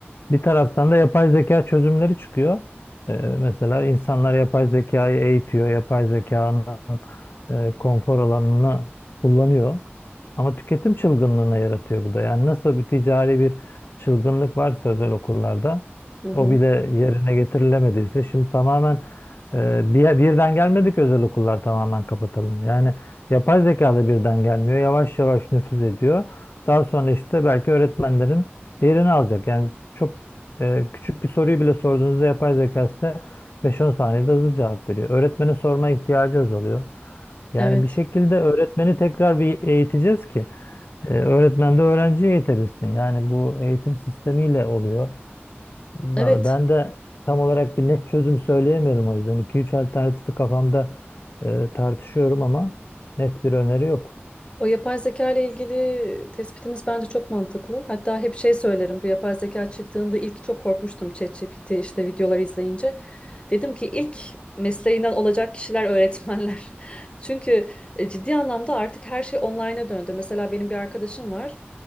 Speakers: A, on the left; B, on the left.
A: Bir taraftan da yapay zeka çözümleri çıkıyor. Ee, mesela insanlar yapay zekayı eğitiyor, yapay zekanın e, konfor alanını kullanıyor. Ama tüketim çılgınlığına yaratıyor bu da. Yani nasıl bir ticari bir çılgınlık varsa özel okullarda
B: Hı hı.
A: o bile yerine getirilemediyse şimdi tamamen e, bir, birden gelmedik özel okullar tamamen kapatalım. Yani yapay zeka da birden gelmiyor. Yavaş yavaş nüfuz ediyor. Daha sonra işte belki öğretmenlerin Diğerini alacak. Yani çok e, küçük bir soruyu bile sorduğunuzda yapay zeka size 5-10 saniyede hızlı cevap veriyor. Öğretmene sorma ihtiyacı azalıyor. Yani
B: Evet.
A: bir şekilde öğretmeni tekrar bir eğiteceğiz ki e, öğretmen de öğrenciyi eğitebilsin. Yani bu eğitim sistemiyle oluyor. Ben
B: Evet.
A: ben de tam olarak bir net çözüm söyleyemiyorum o yüzden. iki üç alternatifi kafamda e, tartışıyorum ama net bir öneri yok.
B: O yapay zeka ile ilgili tespitiniz bence çok mantıklı. Hatta hep şey söylerim. Bu yapay zeka çıktığında ilk çok korkmuştum ChatGPT işte videoları izleyince. Dedim ki ilk mesleğinden olacak kişiler öğretmenler. <laughs> Çünkü e, ciddi anlamda artık her şey online'a döndü. Mesela benim bir arkadaşım var.